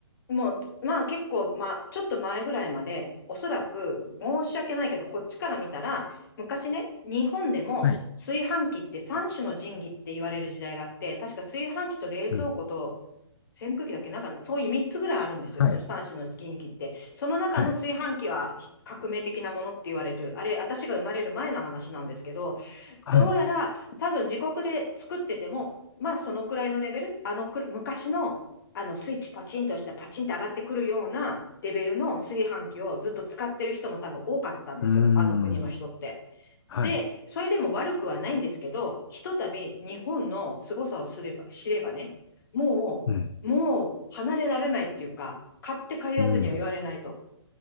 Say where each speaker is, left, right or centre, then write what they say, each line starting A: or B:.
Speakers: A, on the left; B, on the left.
A: もう、まあ結構、まあ、ちょっと前ぐらいまで、おそらく、申し訳ないけど、こっちから見たら、昔ね、日本でも炊飯器って三種の神器って言われる時代があって、
B: はい。
A: 確か炊飯器と冷蔵庫と
B: うん。
A: 扇風機だっけなんかそういう三つぐらいあるんですよ。
B: はい。
A: その三種の神器って。その中の炊飯器はひ革命的なものって言われる。
B: はい。
A: あれ、私が生まれる前の話なんですけど、
B: はい。
A: どうやら多分自国で作ってても、
B: う
A: まあそのくらいのレベル、あのく昔のあのスイッチパチンとしてパチンと上がってくるようなレベルの炊飯器をずっと使ってる人も多分多かったんですよ、
B: ーん。
A: あの国の人って。
B: はい。
A: で、それでも悪くはないんですけど、ひとたび日本の凄さをすれば、知ればね、もう、
B: うん。
A: もう離れられないっていうか、買って帰らずには言われないと。
B: うん。